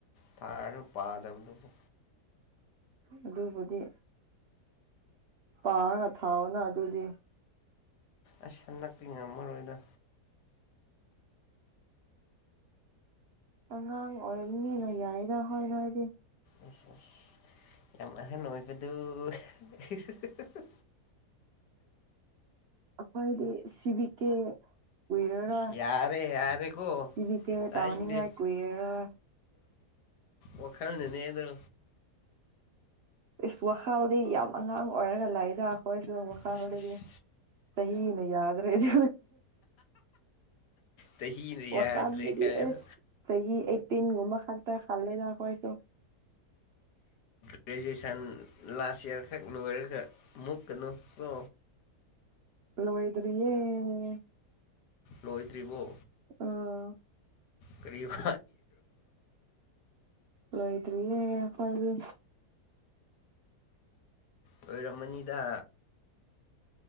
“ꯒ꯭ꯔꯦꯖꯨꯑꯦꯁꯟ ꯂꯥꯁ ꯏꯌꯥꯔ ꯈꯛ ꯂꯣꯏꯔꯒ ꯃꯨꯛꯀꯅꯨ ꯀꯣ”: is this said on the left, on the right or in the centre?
Left